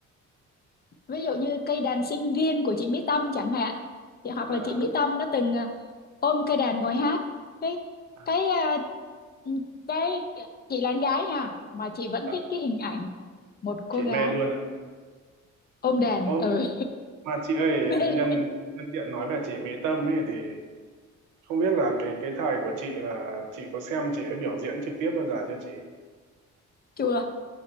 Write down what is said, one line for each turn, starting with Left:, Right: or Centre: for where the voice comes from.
Left: ví dụ như cây đàn sinh viên của chị Mỹ Tâm chẳng hạn thì hoặc
Right: là,
Left: là chị Mỹ Tâm đã từng à, ôm cây đàn ngồi hát cái
Right: à,
Left: cái à, cái chị là con gái nha mà chị vẫn
Right: là
Left: thích cái hình ảnh một cô
Right: chị
Left: gái
Right: mê luôn ạ.
Left: ôm đàn
Right: Ô
Left: ừ
Right: mà chị ơi
Left: <laughs> mê
Right: nhân
Left: luôn
Right: nhân tiện nói về chị Mỹ Tâm ấy thì không biết là cái cái thời của chị là chị có xem chị ấy biểu diễn trực tiếp bao giờ chưa chị
Left: chùa